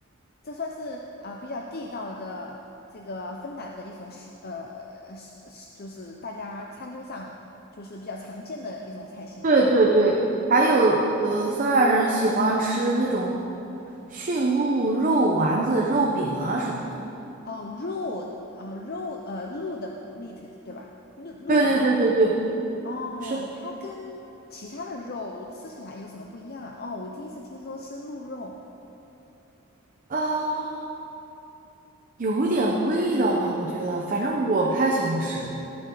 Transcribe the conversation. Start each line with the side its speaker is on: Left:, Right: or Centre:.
Left: 这算是啊、比较地道的这个芬兰的一种食呃食食，就是大家餐桌上就是比较常见的一种菜系嘛。
Right: 对对对，还有呃，芬兰人喜欢吃那种驯鹿肉丸子、肉饼啊什么的。
Left: 哦，肉啊、肉呃鹿的 meat 对吧？鹿鹿
Right: 对对对对对，
Left: 哦，
Right: 是
Left: 它跟其他的肉吃起来有什么不一样啊？哦，我第一次听说吃鹿肉。
Right: 啊。有点味道吧，我觉得，反正我不太喜欢吃